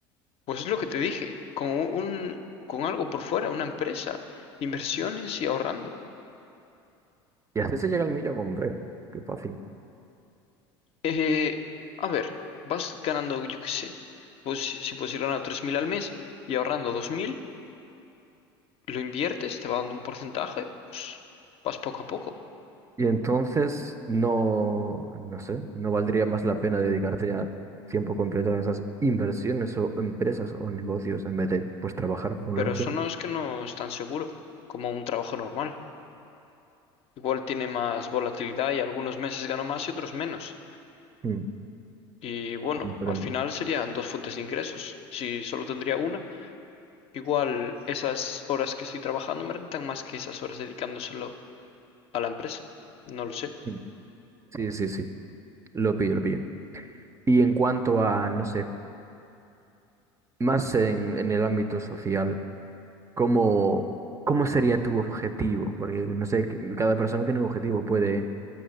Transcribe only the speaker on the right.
Y así se llega al millón, hombre, qué fácil.
Y entonces no, no sé, no valdría más la pena dedicarte a tiempo completo a esas inversiones o empresas o negocios en vez de pues trabajar por un
lado
siempre.
Mm,
comprendo.
Mm. Sí, sí, sí, lo pillo, lo pillo. Y en cuanto a, no sé, más en, en el ámbito social, ¿cómo, cómo sería tu objetivo? Porque no sé, cada persona tiene un objetivo, puede